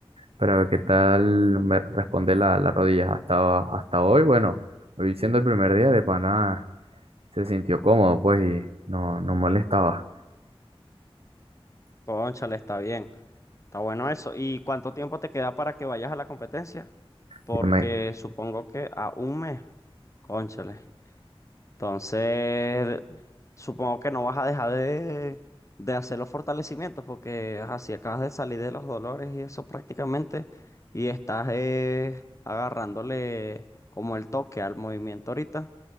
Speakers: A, on the right; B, on the left.
A: Para ver qué tal me responde la, la rodilla. Hasta, hasta hoy, bueno, hoy siendo el primer día de pana, se sintió cómodo, pues, y no, no molestaba.
B: Cónchale, está bien. Está bueno eso. ¿Y cuánto tiempo te queda para que vayas a la competencia? Porque
A: Ya me-
B: supongo que a un mes. Cónchale. Entonces, supongo que no vas a dejar de, de hacer los fortalecimientos porque ajá, si acabas de salir de los dolores y eso prácticamente y estás eh, agarrándole como el toque al movimiento ahorita.